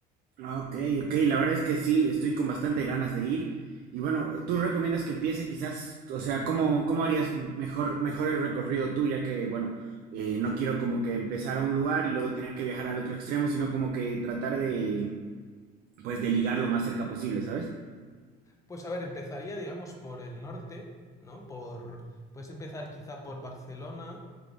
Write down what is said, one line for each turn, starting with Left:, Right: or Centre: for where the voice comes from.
Right: Ah, Ok, ok, la verdad es que sí, estoy con bastante ganas de ir. Y bueno, ¿tú recomiendas que empiece quizás, o sea, cómo, cómo harías mejor, mejor el recorrido tú, ya que, bueno, eh, no quiero como que empezar a un lugar y luego tener que viajar al otro extremo, sino como que tratar de, pues, de ligar lo más cerca posible, ¿sabes?
Left: Pues a ver, empezaría, digamos, por el norte, ¿no? Por, puedes empezar quizá por Barcelona